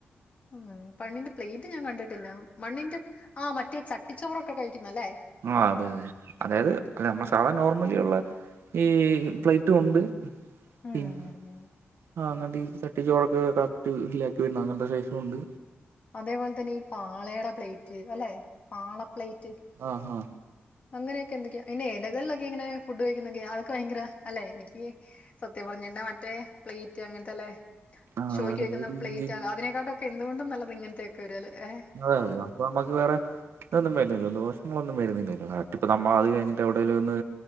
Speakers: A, on the left (about 35°); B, on the right (about 85°).
A: ഉം മണ്ണിന്റെ പ്ലേറ്റ് ഞാൻ കണ്ടിട്ടില്ല. മണ്ണിന്റെ ആഹ് മറ്റേ ചട്ടിച്ചോറൊക്കെ കഴിക്കുന്ന അല്ലേ
B: ആഹ് അതെ അതെ, അതായത് അല്ല നമ്മൾ സാധാരണ നോർമലിയുള്ള ഈ പ്ലേറ്റും ഉണ്ട്
A: ഉം
B: <unintelligible>
A: ഉം ഉം
B: ചട്ടി ചോറൊക്കെ കറക്റ്റ് ഫില്ലആക്കി വരുന്ന അങ്ങനത്തെ സൈസും ഉണ്ട്
A: അതേപോലെ തന്നെ ഈ പാളേടെ പ്ലേറ്റ് അല്ലെ പാളപ്ലേറ്റ്
B: ആഹാ
A: അങ്ങനെയൊക്കെ എതൊക്കെ അയ്ന് എലകൾലൊക്കെങ്ങനെ ഫുഡ് കഴിക്കുന്നൊക്കെ അക്ക് ഭയങ്കര അല്ലെ എനിക്ക് സത്യം പറഞ്ഞാണ്ടെ മറ്റേ പ്ലേറ്റ് അങ്ങനത്തെല്ലേ
B: ആഹ്
A: ഷോക്കി
B: അതെ
A: വെക്കുന്ന പ്ലേറ്റ്
B: ഈ-
A: അതിനേക്കാട്ടുക്കെ എന്തുകൊണ്ടും നല്ലത് ഇങ്ങനത്തെെയൊക്കെ ഒരുരാല് ഏ
B: അതെ അതെ ഇപ്പൊ നമുക്ക് വേറെ ഇതൊന്നും വരുന്നില്ലല്ലോ ദോഷങ്ങളൊന്നും വരുന്നില്ലല്ലോ ഇപ്പ നമ്മൾ അത് കഴിഞ്ഞിട്ടൊടേലും ഒന്ന്